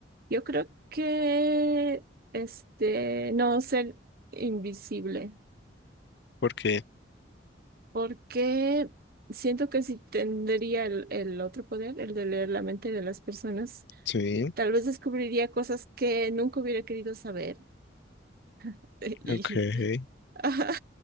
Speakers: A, on the right (about 55°); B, on the left (about 65°).
A: Yo creo que este no ser invisible,
B: porque...
A: porque siento que si tendría el, el otro poder, el de leer la mente de las personas,
B: Sí,
A: tal vez descubriría cosas que nunca hubiera querido saber. <laughs> Y,
B: ok.
A: ajá,